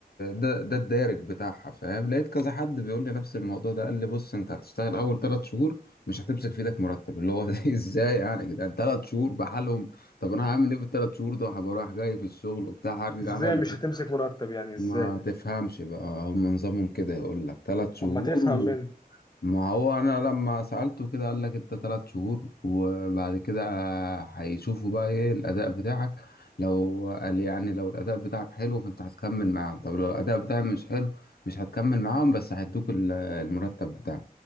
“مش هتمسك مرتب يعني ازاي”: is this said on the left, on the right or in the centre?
Left